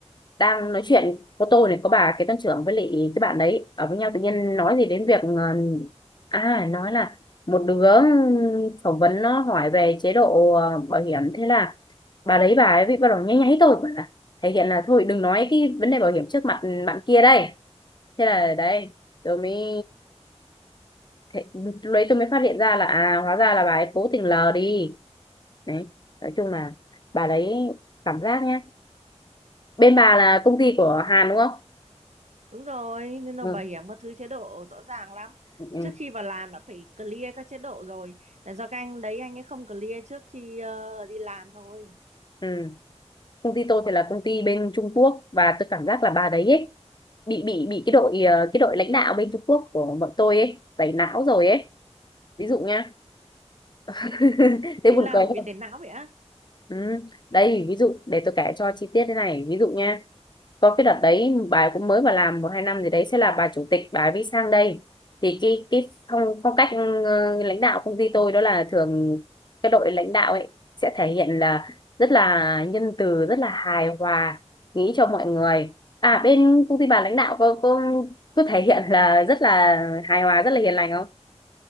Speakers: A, on the left; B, on the right.
A: đang nói chuyện có tôi này có bà kế toán trưởng với lại cái bạn đấy ở với nhau tự nhiên nói gì đến việc ờ, à nói là một đứa phỏng vấn nó hỏi về chế độ ờ, bảo hiểm thế là bà đấy bà ấy bị bắt đầu nháy nháy tôi thể hiện là thôi đừng nói cái vấn đề bảo hiểm trước mặt bạn kia đây thế là đấy tôi mới thế, lúc tôi mới phát hiện ra là à hóa ra là bà ấy cố tình lờ đi đấy nói chung là bà đấy cảm giác nhá bên bà là công ty của Hàn đúng không
B: Đúng rồi, nên là
A: ừ,
B: bảo hiểm các thứ chế độ rõ ràng lắm.
A: ừ, ừ.
B: Trước khi vào làm đã phải clear các chế độ rồi. Là do các anh đấy anh ấy không clear trước khi ờ, đi làm thôi.
A: ừ. công ty tôi thì là công ty bên Trung Quốc và tôi cảm giác là bà đấy ấy, bị bị bị cái đội ờ, cái đội lãnh đạo bên Trung Quốc của bọn tôi ấy tẩy não rồi ấy ví dụ nhá <laughs> thế
B: Đi
A: buồn
B: làm
A: cười
B: bị
A: không
B: tiền não vậy á.
A: Ừ. Đây ví dụ để tôi kể cho chi tiết thế này ví dụ nha có cái đợt đấy bà cũng mới vào làm một hai năm gì đấy sẽ là bà chủ tịch bà mới sang đây thì cái cái phong phong cách ừ, lãnh đạo công ty tôi đó là thường cái đội lãnh đạo ấy sẽ thể hiện là rất là nhân từ rất là hài hòa nghĩ cho mọi người à bên công ty bà lãnh đạo có có có thể hiện là rất là hài hòa rất là hiền lành không